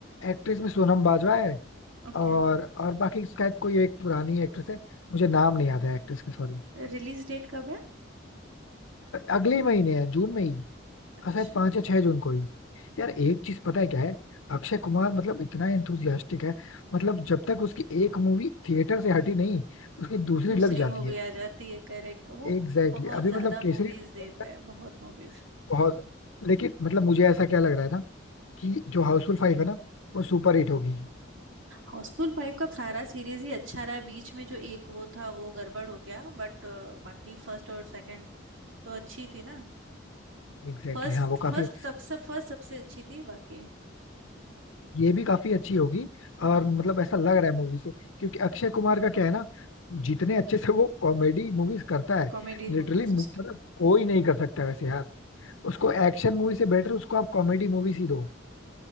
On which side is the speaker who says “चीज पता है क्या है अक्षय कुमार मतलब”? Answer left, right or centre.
Left